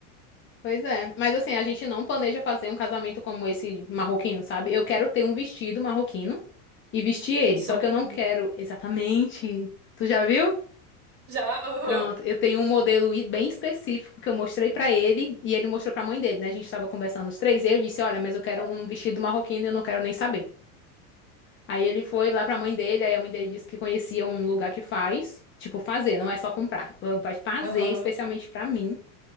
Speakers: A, on the left; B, on the right.
A: Pois é, mas assim, a gente não planeja fazer um casamento como esse marroquino, sabe? Eu quero ter um vestido marroquino e vestir ele,
B: Que
A: só
B: são
A: que
B: lindos.
A: eu não quero exatamente. Tu já viu?
B: Já, aham.
A: Pronto, eu tenho um modelo i- bem específico que eu mostrei pra ele e ele mostrou pra mãe dele, né? A gente tava conversando os três e eu disse: "Olha, mas eu quero
B: Aham.
A: um vestido marroquino, e eu não quero nem saber". Aí ele foi lá pra mãe dele, aí a mãe dele disse que conhecia um lugar que faz, tipo fazer, não é só comprar. Ela Vai fazer
B: Aham.
A: especialmente pra mim.